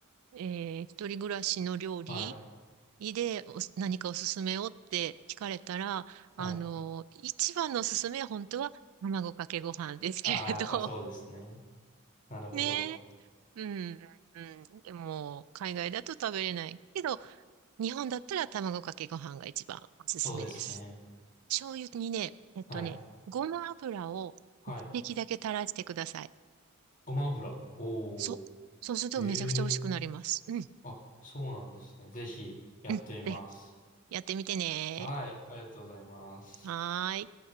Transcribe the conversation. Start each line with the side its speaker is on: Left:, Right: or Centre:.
Right: えー一人暮らしの料理
Left: はい、
Right: でおす何かおすすめをって聞かれたら、
Left: はい。
Right: あのー一番のおすすめは本当は卵かけご飯ですけれど、
Left: ああ、やっぱそうですね。
Right: <laughs>
Left: なるほど。
Right: ね。うん。うん、でも、海外だと食べれないけど、日本だったら卵かけご飯が一番おすすめです。
Left: そうですね。
Right: 醤油にね、えっとね、
Left: はい、
Right: ごま油を一滴だけ垂らしてください。
Left: はい。ごま油。おお
Right: そう。そうするとめちゃくちゃ美味しくなります。
Left: へえ。
Right: うん、
Left: あ、そうなんですね。ぜひやってみます。
Right: うん。で、やってみてね。
Left: はい、ありがとうございます。
Right: はーい。